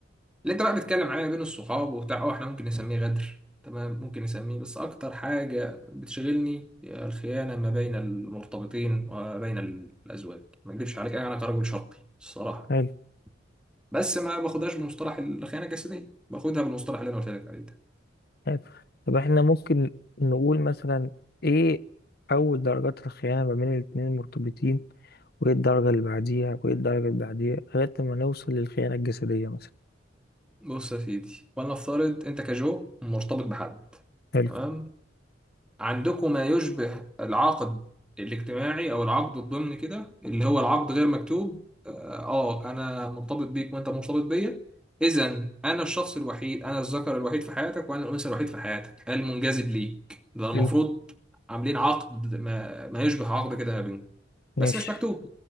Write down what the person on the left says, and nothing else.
حلو
حلو طب احنا ممكن نقول مثلا ايه اول درجات الخيانة ما بين الاتنين المرتبطين وايه الدرجة اللي بعديها وايه الدرجة اللي بعديها لغاية ما نوصل للخيانة الجسدية مثلا
حلو
حلو
ماشي